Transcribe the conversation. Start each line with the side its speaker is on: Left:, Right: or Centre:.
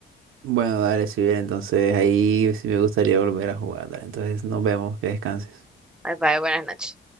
Right: Bueno, dale, si bien, entonces ahí sí me gustaría volver a jugar. Dale, entonces nos vemos, que descanses.
Centre: Bye bye, buenas noches.